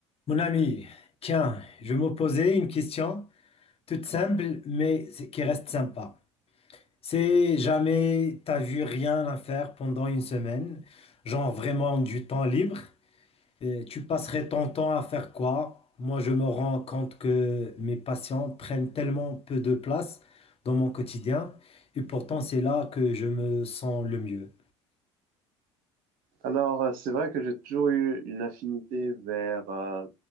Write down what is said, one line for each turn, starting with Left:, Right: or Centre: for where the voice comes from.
Left: Mon ami, tiens, je me posais une question toute simple, mais c- qui reste sympa. C'est jamais t'as vu rien à faire pendant une semaine, genre vraiment du temps libre, euh, tu passerais ton temps à faire quoi? Moi, je me rends compte que mes patients prennent tellement peu de place dans mon quotidien, et pourtant c'est là que je me sens le mieux.
Right: Alors, euh, c'est vrai que j'ai toujours eu une affinité vers, euh,